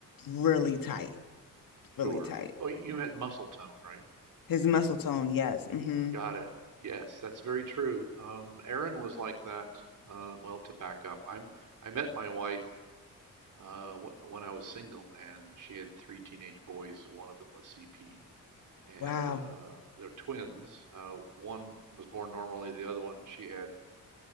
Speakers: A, on the left; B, on the right.
A: really tight,
B: Sure.
A: really tight.
B: Oh, you meant muscle tone, right?
A: His muscle tone, yes. hmm
B: Got it. Yes, that's very true. Um, Erin was like that. Uh, well, to back up, I'm I met my wife uh, w when I was single, and she had three teenage boys. One of them was CP, and
A: Wow.
B: uh, they're twins. Uh, one was born normally. The other one, she had